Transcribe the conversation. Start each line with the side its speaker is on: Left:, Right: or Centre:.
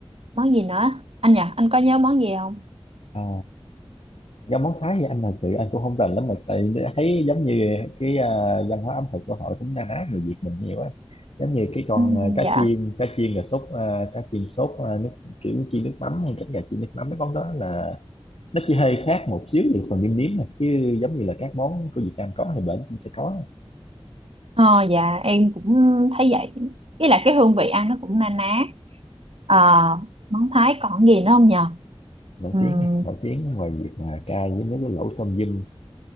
Right: món gì nữa anh nhỉ anh có nhớ món gì không
Left: à, do món Thái thì anh thật sự anh cũng không rành lắm mà tại thấy giống như cái à, văn hóa ẩm thực của họ cũng na ná người Việt mình nhiều á giống như cái con
Right: ừ,
Left: à, cá
Right: dạ
Left: chiên cá chiên là sốt à, cá chiên sốt à, nước kiểu chiên nước mắm hay cánh gà chiên nước mắm mấy món đó là nó chỉ hơi khác một xíu về phần nêm nếm nè chứ giống như là các món của Việt Nam có thì bển cũng sẽ có
Right: ờ dạ em cũng thấy vậy ý là cái hương vị ăn nó cũng na ná Ờ, món Thái còn gì nữa không nhờ?
Left: nổi
Right: Ừm,
Left: tiếng nè nổi tiếng ngoài việc mà cay với nước với lẩu tôm dâm